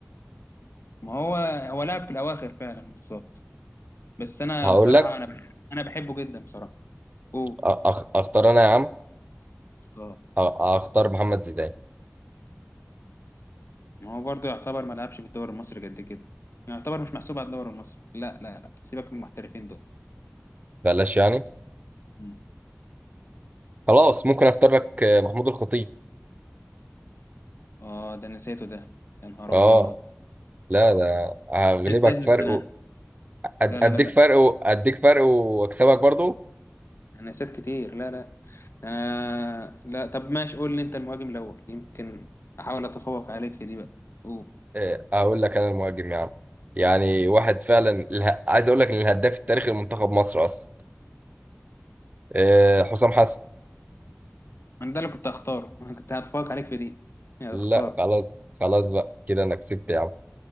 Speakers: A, on the left; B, on the right.
A: ما هو هو لعب في الاواخر فعلا بالظبط بس انا
B: هقول
A: بصراحه
B: لك
A: انا بح- انا بحبه جدا بصراحه اوه
B: أ- أخ... أختار أنا يا عم
A: اختار
B: أ- أختار محمد زيدان
A: ما هو برضه يعتبر ما لعبش في الدوري المصري قد كده يعتبر مش محسوب على الدوري المصري لا لا لا سيبك من المحترفين
B: بلاش يعني
A: دول
B: خلاص ممكن أختار لك آه، محمود الخطيب
A: اه ده نسيته ده يا نهار
B: أه
A: ابيض
B: لا ده هغلبك
A: ازاي تنساه
B: فرق و... أد...
A: لا لا
B: أديك
A: لا لا
B: فرق و... أديك فرق وأكسبك برضو
A: انا نسيت كتير لا لا انا لا طب ماشي قول لي انت المهاجم الاول يمكن احاول اتفوق عليك في دي بقى أوه.
B: آه، أقول لك أنا المهاجم يا عم يعني واحد فعلا اله... عايز أقول لك إن الهداف التاريخي لمنتخب مصر أصلا آه، حسام حسن
A: انا ده اللي كنت هختاره <laughs> انا كنت هتفوق عليك في دي يا
B: لا
A: خساره
B: خلاص خلاص بقى كده انا كسبت يا عم